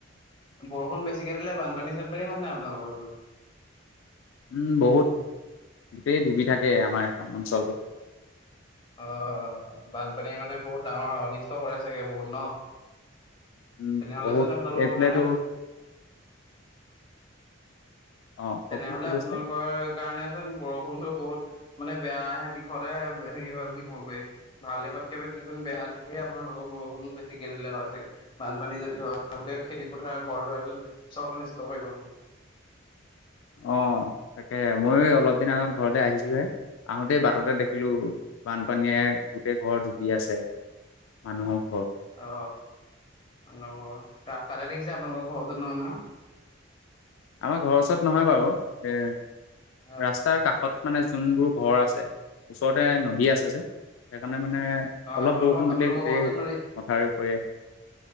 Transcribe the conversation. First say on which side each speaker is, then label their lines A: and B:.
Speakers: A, on the left (about 25°); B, on the left (about 75°).
A: বৰষুণ বেছিকে দিলে বানপানী চানপানী হয় নাই আপোনালোকৰফালে
B: উম বহুত গোটেই ডুবি থাকে আমাৰ এখন অঞ্চলটো
A: অ বানপানী মানে বহুত ডাঙৰ হয় অনিষ্ট কৰে চাগে বহুত ন
B: উম
A: তেনেহলেচোন
B: বহুত
A: আপোনালোকৰ
B: এইফালেতো
A: কাৰণে বহুত
B: অ কওকচোন
A: তেনেহলে
B: কি
A: আপোনালোকৰ
B: কৈছিলে
A: কাৰণে চোন বৰষুণটো বহুত মানে বেয়াহে দিশতে হেৰি হয় বুলি ক'ব পাৰি ভাল দিশতকে বেছিচোন বেয়া দিশে আপোনালোকক বৰষুণ বেছিকে দিলে হয় চাগে বানপানী যদি হয় গোটেই খেতি পথাৰ ঘৰ দুৱাৰ চব অনিষ্ট কৰে কে ল
B: অ তাকে মইয়ো অলপ দিনৰ আগত ঘৰতে আহিছোহে আহোতেই বাট বাটতে দেখিলোঁ বানপানীয়ে গোটেই ঘৰ ডুবি আছে মানুহক
A: অ আন ঘৰ ৰাস্তাতে দেখিছে আপোনালোকৰ ঘৰত ওচৰত নহয় নহয়
B: আমাৰ ঘৰৰ ওচৰত নহয় বাৰু এ
A: অ
B: ৰাস্তাৰ কাষত মানে যোনবোৰ ঘৰ আছে ওচৰতে ন' দি আছে যে সেইকাৰণে মানে
A: অ
B: অলপ
A: আপোনালোকৰ
B: বৰষুণ
A: আপোনালোকৰ
B: দিলেই গোটেই
A: ঘৰৰ ওচৰত
B: পথাৰ
A: নদী
B: কৰি আহে।